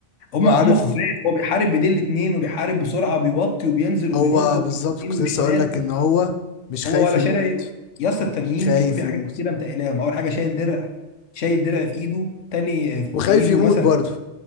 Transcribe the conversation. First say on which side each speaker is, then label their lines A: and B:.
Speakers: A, on the left; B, on the left.
A: هم
B: وعارف
A: هم خفاف هو بيحارب بين الاثنين وبيحارب بسرعه بيوطي وبينزل وبينط
B: هو بالظبط
A: ويمين
B: كنت لسه
A: وشمال
B: اقول لك ان هو مش خايف
A: هو ولا
B: يموت
A: شارع يا اسطى التانيين
B: مش خايف
A: كانوا في حاجات
B: يموت
A: كتيره متقلاهم اول حاجه شايل درع شايل درع في ايده تاني
B: وخايف
A: في ايده
B: يموت
A: مثلا
B: برضه